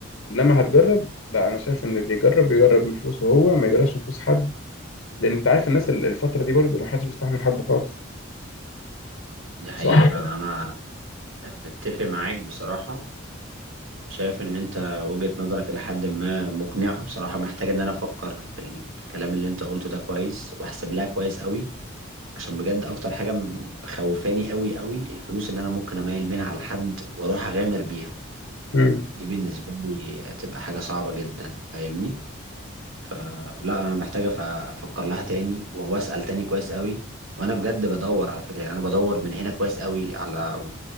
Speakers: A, on the left (about 70°); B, on the right (about 80°).
A: انما هتجرب لا انا شايف ان اللي يجرب بيجرب من فلوسه هو ما يجربش من فلوس حد لان انت عارف الناس ال- الفتره دي برضه ما حدش بيستحمل حد خالص
B: دي حقيقة
A: صح
B: فعلا أنا متفق معاك بصراحة شايف إن أنت وجهة نظرك إلى حد ما مقنعة بصراحة محتاج إن أنا أفكر في الكلام اللي أنت قلته ده كويس وأحسب لها كويس أوي عشان بجد أكتر حاجة مخوفاني أوي أوي الفلوس اللي أنا ممكن أميل منها على حد وأروح أغامر بيها
A: مم.
B: دي بالنسبة لي تبقى حاجة صعبة جدا فاهمني؟ فلا أنا محتاجة أف- أفكر لها تاني وأسأل تاني كويس أوي وانا بجد بدور على فكره يعني انا بدور من هنا كويس قوي على